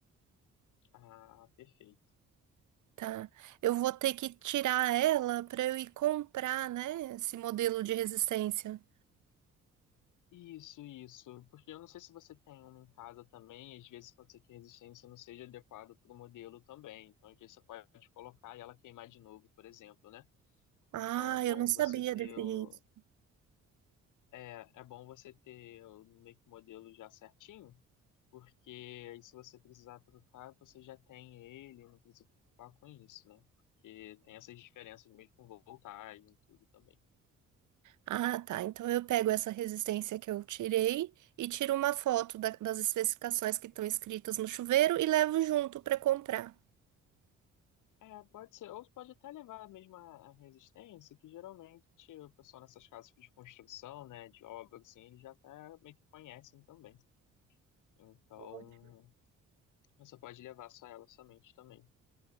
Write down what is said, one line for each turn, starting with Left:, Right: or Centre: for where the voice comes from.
Left: Ah, perfeito.
Right: Tá. Eu vou ter que tirar ela para eu ir comprar, né, esse modelo de resistência.
Left: Isso, isso. Porque eu não sei se você tem uma em casa também. Às vezes pode ser que a resistência não seja adequada para o modelo também. Então, às vezes você pode colocar e ela queimar de novo, por exemplo, né?
Right: Ah,
Left: Então, é bom
Right: eu não sabia
Left: você ter...
Right: desse
Left: o-
Right: risco.
Left: É, é bom você ter o- meio que o modelo já certinho. porque aí se você precisar trocar, você já tem ele, não precisa preocupar com isso, né? Porque tem essas diferenças mesmo com voltagem e tudo também.
Right: Ah, tá. Então eu pego essa resistência que eu tirei e tiro uma foto da- das especificações que estão escritas no chuveiro e levo junto para comprar.
Left: É, pode ser, ou pode até levar mesmo a, a resistência, que geralmente o pessoal nessas casas de construção, né, de obra, assim, eles já até meio que conhecem também. Então,
Right: Ótimo.
Left: você pode levar só ela somente também.